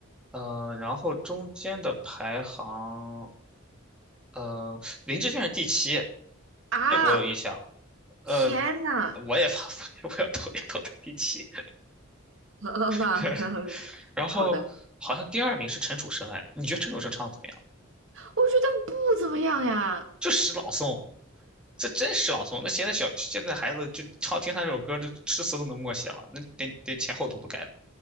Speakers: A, in the centre; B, on the right (about 65°).
A: 呃，然后中间的排行，呃，林志炫是第七，
B: 啊，
A: 这个我有印象。呃，
B: 天呐，
A: 我也发，<laughs> 我要投一 <laughs> 投他第七。
B: <laughs> 好吧，
A: <laughs>
B: <laughs>
A: 然后好像第二名是陈楚生，
B: 好的，
A: 哎，你觉得陈楚生唱的怎么样？
B: 我觉得不怎么样呀，
A: 就诗朗诵，这真诗朗诵。那现在小现在孩子就唱听他这首歌，就诗词都能默写了，那连连前后都不改